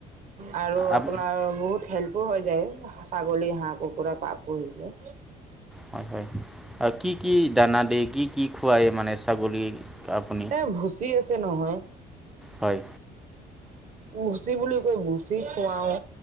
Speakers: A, on the right; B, in the centre.
A: আৰু
B: আপ
A: আপোনাৰ বহুত হেল্প <unintelligible> হৈ যায়। ছাগলী, হাঁহ, কুকুৰা, পাৰ পুহিলে।
B: হয়, হয়। অ', কি কি দানা দিয়ে, কি কি খোৱায় মানে ছাগলীক? আপুনি
A: এ ভুচি আছে নহয়।
B: হয়।
A: ভুচি বুলি কয়। ভুচ চি খোৱাওঁ,